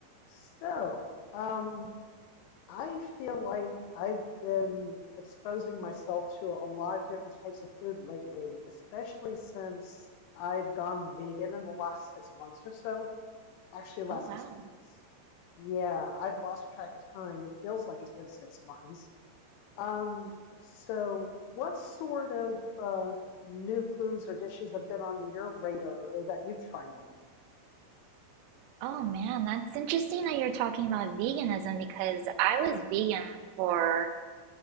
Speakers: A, on the left (about 80°); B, on the right (about 85°).
A: So, um, I feel like I've been exposing myself to a lot of different types of food lately, especially since I've gone vegan in the last six months or so. Actually, last
B: Oh, wow.
A: six weeks. Yeah, I've lost track of time. It feels like it's been six months. Um, so what sort of uh, new foods or dishes have been on your radar or that you've tried lately?
B: Oh, man, that's interesting that you're talking about veganism because I was vegan for